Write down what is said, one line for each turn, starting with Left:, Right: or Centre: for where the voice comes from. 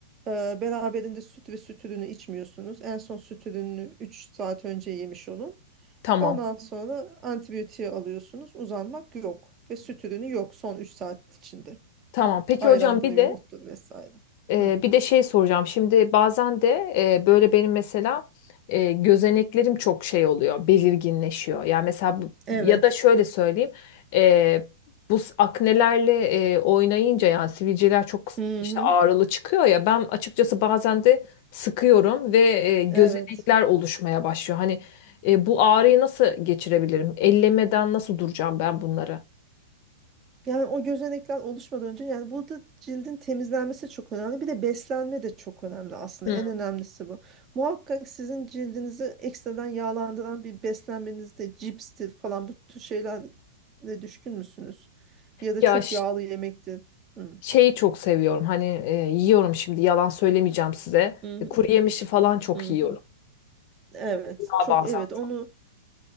Right: Ee, beraberinde süt ve süt ürünü içmiyorsunuz. En son süt ürününü 3 saat önce yemiş olun.
Left: Tamam.
Right: Ondan sonra antibiyotiği alıyorsunuz. Uzanmak yok. Ve süt ürünü yok son 3 saat içinde.
Left: Tamam. Peki
Right: Ayrandır,
Left: hocam bir
Right: yoğurttur
Left: de
Right: vesaire.
Left: Ee,
Right: Hı.
Left: bir de şey soracağım. Şimdi bazen de e, böyle benim mesela e, gözeneklerim çok şey oluyor, belirginleşiyor. Yani mesela bu-
Right: Evet.
Left: ya da şöyle söyleyeyim, e, bu s- aknelerle e, oynayınca yani sivilceler çok
Right: Hı
Left: işte
Right: hı.
Left: ağrılı çıkıyor ya. Ben açıkçası bazen de sıkıyorum ve e, gözenekler
Right: Evet.
Left: oluşmaya başlıyor. Hani e, bu ağrıyı nasıl geçirebilirim? Ellemeden nasıl duracağım ben bunları?
Right: Yani o gözenekler oluşmadan önce yani burada cildin temizlenmesi çok önemli. Bir de beslenme de çok önemli aslında.
Left: Hı.
Right: En önemlisi bu. Muhakkak sizin cildinizi ekstradan yağlandıran bir beslenmenizde cipstir falan bu tür şeylerle düşkün müsünüz? Ya da
Left: Ya
Right: çok yağlı yemektir. Hı.
Left: Şeyi çok seviyorum. Hani e, yiyorum şimdi yalan söylemeyeceğim size.
Right: Hı hı,
Left: E, kuru yemişi falan çok
Right: hı
Left: yiyorum.
Right: hı. Evet,
Left: Daha
Right: çok
Left: bazen
Right: evet
Left: çok.
Right: onu